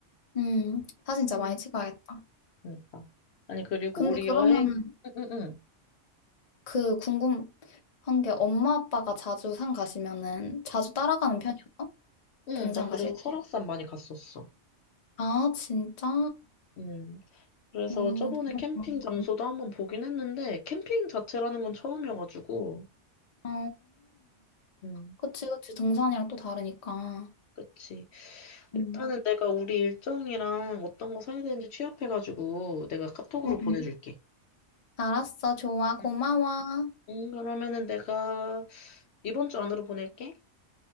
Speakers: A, on the left (about 45°); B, on the left (about 65°).
A: 음, 사진 진짜
B: 응.
A: 많이 찍어야겠다.
B: 그러니까. 아니 그리고
A: 근데
B: 우리
A: 그러면은
B: 여행 응응응
A: 그 궁금한 게 엄마 아빠가 자주 산 가시면은 자주 따라가는 편이었어?
B: 응,
A: 등산
B: 나 그래서
A: 가실?
B: 설악산
A: 때?
B: 많이 갔었어.
A: 아, 진짜?
B: 음, 그래서
A: 어,
B: 저번에
A: 다르구나.
B: 캠핑 장소도 한번 보긴 했는데, 캠핑 자체라는 건 처음이어가지고,
A: 어,
B: 음,
A: 그치, 그치. 등산이랑 또 다르니까.
B: 그치. 일단은
A: 응.
B: 내가 우리 일정이랑 어떤 거 사야 되는지 취합해가지고, 내가 카톡으로
A: 응,
B: 보내줄게.
A: 응. 알았어. 좋아. 고마워.
B: 응, 응, 그러면은 내가 이번 주 안으로 보낼게.